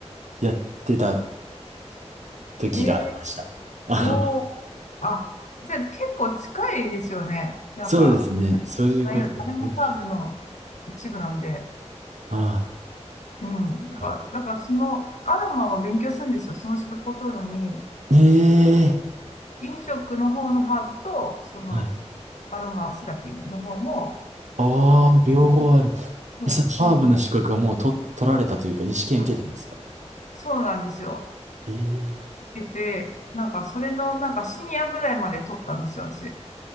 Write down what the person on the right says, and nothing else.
やってた時がありました。
あの、
そうですね。そういうことやってまし
た。あ
あ。
ええ
はい
ああ、
両方ある。
え、そのハーブの資格はもうと取られたというか、
試験受けたんですか
ええ